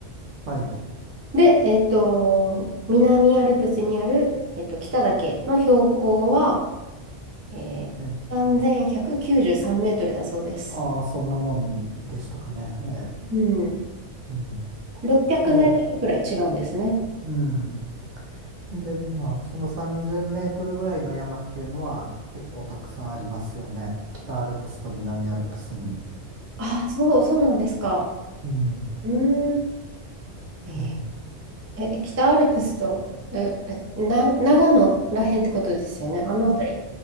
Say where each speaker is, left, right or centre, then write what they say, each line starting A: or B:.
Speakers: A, on the right (about 70°); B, on the right (about 25°).
A: はい。
B: で、えっと、南アルプスにある、えっと、北岳の標高は、えー、
A: ええ。
B: 3193メートルだそうです。
A: ああ、そんなもんでしたかね。え
B: うん。
A: え。うん。
B: 600メートルくらい違うんですね。
A: じゃ、うん。で、
B: うん
A: まあ、その3000メートルぐらいの山っていうのは結構たくさんありますよね。北アルプスと南アルプスに。
B: あ、そう、そうなんですか。
A: うん。
B: うーん。えー
A: はい。
B: え、北アルプスと、え、え、な、長野らへんってことですよね。あの辺り。
A: え